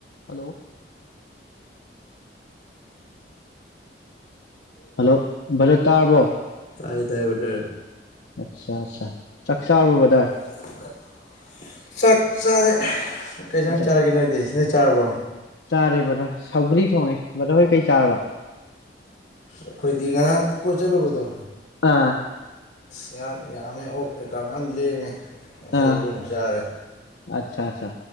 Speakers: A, on the left (about 80°); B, on the left (about 60°).
A: Hello. Hello ꯕꯗꯔ꯫ ꯇꯥꯔꯕꯣ꯫
B: ꯇꯥꯏ ꯇꯥꯌ‌ꯦ ꯕꯗꯔ꯫
A: ꯑꯠꯆꯥ ꯑꯠꯆꯥ ꯆꯥꯛ ꯆꯥꯔꯕꫭ ꯕꯗꯔ꯫
B: <unintelligible> ꯁꯥꯛ ꯆꯥꯔꯦ ꯀꯩꯏꯟꯖꯥꯡ
A: ꯆꯥꯛ
B: ꯆꯥꯔꯦꯒꯦ ꯅꯣꯏꯗꯤ ꯅꫭꯏ ꯆꯥꯔꯕꯣ
A: ꯆꯥꯔꯦ ꯕꯗ꯭ꯌ ꯁꯧꯒ꯭ꯔꯤ ꯊꯣꯡꯉꯦ ꯕꯗ꯭ꯔ ꯍꯣꯏ ꯀꯩ ꯆꯥꯔꯕ
B: ꯑꯩꯈꯣꯏꯗꯤ ꯉꯔꯥꯡ ꯀꯣꯏ ꯆꯠꯂꯨꯕꯗꯣ
A: ꯑꯥ
B: ꯉꯌꯥꯡ ꯌꯥꯝꯃꯦ ꯑꯣꯛ ꯀꯩꯀꯥ ꯃꯥꯌꯝ ꯂꯩꯃꯦ ꯉꯁꯤ
A: ꯑꯥ
B: ꯑꯌꯨꯛ ꯑꯃꯥꯛ ꯆꯥꯔꯦ
A: ꯑꯠꯆꯥ ꯑꯠꯆꯥ